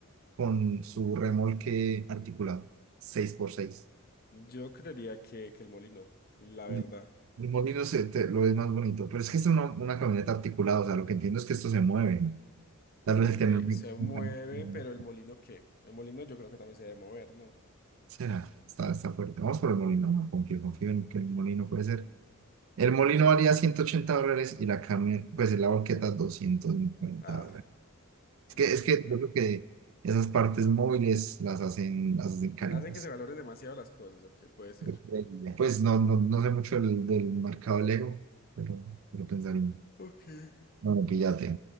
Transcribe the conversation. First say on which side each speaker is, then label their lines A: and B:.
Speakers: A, on the right; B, on the left.
A: con su remolque articulado, seis por seis
B: Yo creería que, que el molino, la
A: El
B: verdad.
A: el molino se, te- lo es más bonito, pero es que es una, una camioneta articulada, o sea, lo que entiendo es que esto se mueve. Tal
B: Ok,
A: vez el tener un-
B: se mueve,
A: un
B: pero el molino ¿qué? El molino yo creo que también se debe mover, ¿no?
A: Será, está, está fuerte. Vamos por el molino, confío,
B: Ujú.
A: confío en que el molino puede ser. El molino valía 180 dólares y la carne, pues la banqueta 250
B: Ah,
A: dólares.
B: me
A: Es que,
B: equivoqué.
A: es que yo creo que esas partes móviles las hacen, las hacen caritas.
B: Hacen que se valoren demasiado las cosas, ok, puede ser.
A: Yo creería. Pues no, no, no sé mucho del, del mercado Lego, pero, pero pensaría.
B: Ok, a
A: Bueno, píllate.